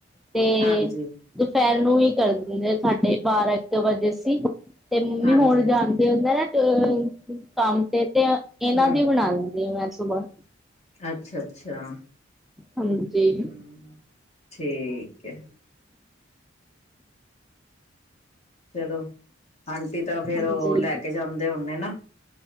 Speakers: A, in the centre; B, on the left.
A: ਤੇ,
B: ਹਾਂਜੀ,
A: ਦੁਪਹਿਰ ਨੂੰ ਹੀ ਕਰ ਦਿੰਦੇ ਸਾਡੇ ਬਾਰਾਂ ਇੱਕ ਵਜੇ ਸੀ। ਤੇ ਮੰਮੀ
B: ਹਾਂਜੀ-ਹਾਂਜੀ,
A: ਹੁਣ ਜਾਣ ਤੇ <unintelligible> ਕੰਮ ਤੇ ਤੇ ਹੈ ਇਹਨਾਂ
B: ਹੂੰ,
A: ਦੀ ਬਣਾ ਦਿੰਦੀ ਮੈਂ ਸੁਬਾਹ।
B: ਅੱਛਾ-ਅੱਛਾ
A: ਹਾਂਜੀ
B: ਹੂੰ, ਠੀਕ ਹੈ। ਚਲੋ, ਆਂਟੀ ਤਾਂ ਫਿਰ
A: ਹਾਂਜੀ
B: ਉਹ ਲੈ ਕੇ ਜਾਂਦੇ ਉਨੇ ਨਾ